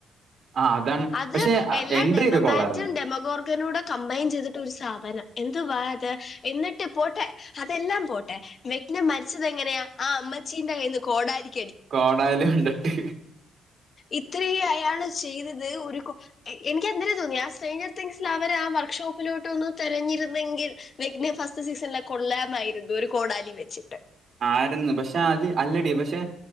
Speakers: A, on the right (about 55°); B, on the left (about 45°).
A: ആ അതാണ്
B: അത്
A: പക്ഷെ
B: എല്ലാ
A: എൻട്രി
B: ഡെമബാറ്റും
A: ഒക്കെ കൊള്ളായിരുന്നു
B: ഡെമഗോർഗനും കൂടെ കമ്പൈൻ ചെയ്തിട്ട ഒരു സാധനം എന്തുവാ എന്നിട്ട് പോട്ടെ അതെല്ലാം പോട്ടെ വജ്ഞം മരിച്ചത് എങ്ങനെയാ ആ അമ്മച്ചീന്റെ കയ്ന്ന് കോടാരി
A: കോടാലി കൊണ്ടിട്ട്
B: ഇത്രേം അയാള് ചെയ്തത് ഒരു കോ എനിക്ക് അന്നേരം തോന്നി ആ സ്ട്രേ തിങ്സിൽ അവര് ആ വർക്ക്ഷോപ്പിലോട്ടൊന്ന് തെരഞ്ഞിരുന്നെങ്കിൽ വെഗ്ന ഫസ്റ്റ് സീസണിലെ കൊള്ളാമായിരുന്നു ഒരു കോടാലി വെച്ചിട്ട്
A: ആരുന്നു പക്ഷെ അത് അല്ലടി പക്ഷെ